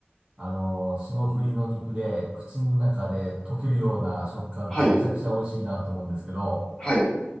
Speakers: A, on the right; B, on the left.
A: あの霜降りの肉で口の中で溶けるような食感ってめちゃくちゃ美味しいなと思うんですけど、
B: うん。はい。はい。